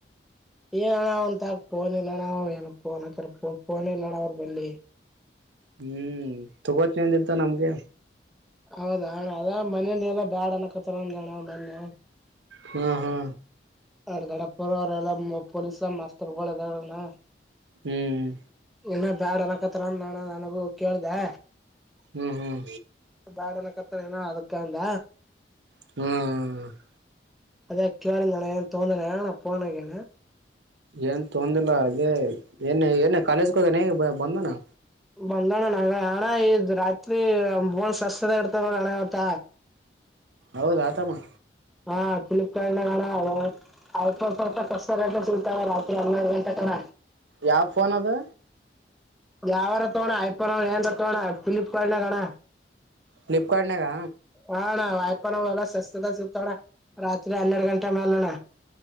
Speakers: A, in the centre; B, on the right.
A: ಏನ ಒಂತ ಫೋನ್ ಇಲ್ಲಣ್ಣ ಏನ ಪೋನ್ ಹತ್ತ ಫೋನ್ ಇಲ್ಲಣ್ಣ ಅವ್ರ ಬೆಲೀ.
B: ಹ್ಮ್ ತಗೊತಿ ಅಂದ್ದಿದ್ನ ನಮ್ಗೆ.
A: ಹೌದಣ ಅದ ಮನಲಿ ಎಲ್ಲ ಬ್ಯಾಡ ಅಣಕತ್ತ ಅಂದ ಅಣ್ಣ ಮೊನ್ನೆ.
B: ಹ್ಮ ಹ್ಮ
A: ಅರ್ ದೊಡ್ಡಪ್ಪ ಅವ್ರಲ್ಲ ಪೊಲೀಸ ಮಾಸ್ತರ್ ಗುಲದಾರನ.
B: ಹ್ಮ್
A: ಇನ್ನ ಬ್ಯಾಡ ಅನಕತ್ರ ನ ನನಗು ಕೇಳ್ದೆ.
B: ಹ್ಮ್ ಹ್ಮ್
A: ಬ್ಯಾಡನಕತ್ತ ಏನೋ ಅದಕ್ಕಂದ.
B: ಹ್ಮ ಹ್ಮ್ ಹ್ಮ್
A: ಅದೆ ಕೇಳ್ದೆ ಅಣ ಏನ್ ತಗೊಂಣ ನಣ ಟೊಪ್ಪಿಗೆ ಅಣ.
B: ಏನ್ ತೊಂದಿಲ್ಲ ಅದೇ ಏನ್ ಏನ ಕಾಲೇಜ್ಗ ಹೋಗನೆ ಬಂದನ.
A: ಬಂದಣ್ಣ ನಂಗ ಹಣ್ಣ ಈ್ ರಾತ್ರಿ ಬೋನ್ ಸಸದ ಇರ್ತ ನೋಡ ಅಣ್ಣ ಮತ್ತ.
B: ಹೌದ ಆತಮ್ಮ
A: ಹಾ ಫ್ಲಿಪ್ಕಾರ್ ನ ಗಣ ಐಫೋನ್ ಸವಲ್ಪ ಕಷ್ಟ ಕ ಸಿಲ್ತ. ಹನ್ನೆರಡು ಗಂಟೆ ಕಣ.
B: ಯಾವ ಫೋನ್ ಅದು.
A: ಯಾವಾರ ತಗೋಣ ಐಫೋನ್ ಅವ ಏನ್ ತಗಣ ಫ್ಲಿಪ್ಕಾರ್ಟ್ ನಾಗಣ್ಣ.
B: ಫ್ಲಿಪ್ಕಾರ್ಟ್ನಾಗಾ.
A: ಹಾ ನ ವಾಯಪನಲ್ಲ ಸ್ವಸ್ತ ೋಡ ರತ್ರಿ ಹನ್ನೆಡ್ ಗಂಟೆ ಮೆಲಣ.